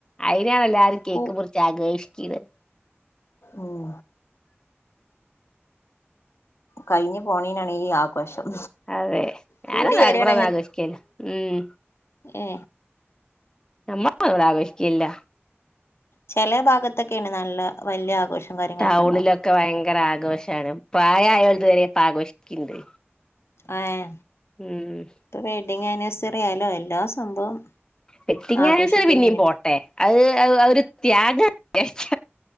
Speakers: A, on the left; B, on the left.
A: അയിനാണ് എല്ലാരും കേക്ക്
B: കൂ
A: മുർച്ച് ആഘോഷിക്ക്ണ്
B: ഉം കയ്ഞ് പോണേനാണ് ഈ ആ ഘോഷം
A: അതെ ഞാനത്
B: കൂടി വരാണെങ്ക
A: ഇവിടൊന്നും ആഘോഷിക്കേല്ല ഉം
B: ഏ
A: ഞമ്മക്ക് ഇവ്ടെ ആവശിക്കയില്ല
B: ചേലെ ഭാഗത്തൊക്കേണ് നല്ല വല്യ ആഘോഷം കാര്യങ്ങളൊക്കെ
A: ടൗണിലൊക്കെ
B: ഉണ്ടാവും
A: വയങ്കര ആഘോഷാണ് പ്രായായോൽത് വരെ ഇപ്പ ആഘോഷിക്ക്ണ്ട്
B: അയെ
A: ഉം
B: ഇപ്പ വെഡ്ഡിങ് ആനിവേഴ്സറി ആയാലും എല്ലാ സംഭവം
A: വെഡ്ഡിംങ്
B: ആഘോഷിക്കന്നെയാണ്
A: ആനിവേഴ്സറി പിന്നിം പോട്ടെ
B: ഇപ്പൊ
A: അഹ് അഹ് ഒരു ത്യാഗം വിചാര്ച്ച